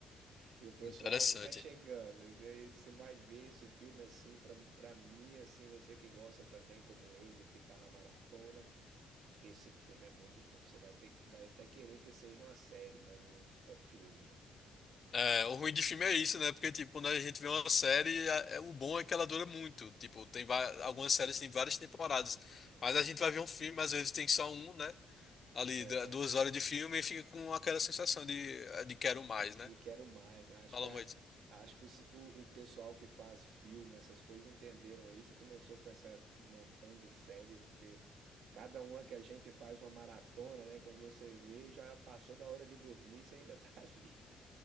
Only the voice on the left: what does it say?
Interessante.
É, o ruim de filme é isso, né? Porque, tipo, quando a gente vê uma série, a- é- o bom é que ela dura muito. Tipo, tem va- algumas séries têm várias temporadas. Mas a gente vai ver um filme, às vezes tem só um, né? Ali,
du- duas horas de filme e fica com aquela sensação de, é, de quero mais, né?
Fala
muito.